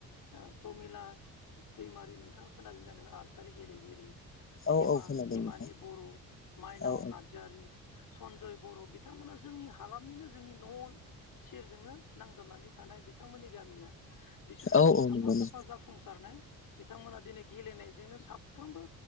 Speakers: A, on the left; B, on the left.
A: प्रमिला दैमारि नोंथाङा खोनादों जादों आर्सारि गेलेगिरि हेम
B: औ
A: हेमा
B: औ खोनादों
A: हिमानि
B: नोंथां
A: बर' माइनाव
B: औ
A: नारजारि सनजय बर' बिथांमोना जोंनि हालामनिनो जोंनि न' सेरजोंनो नांजाबनानै थानाय बिथांमोननि गामिया बिसोरो
B: औ औ
A: साफा
B: नंगौ नोंथां
A: साफा जाफुंसारनो बिथांमोना दिनै गेलेनायजोंनो साफ्रोमबो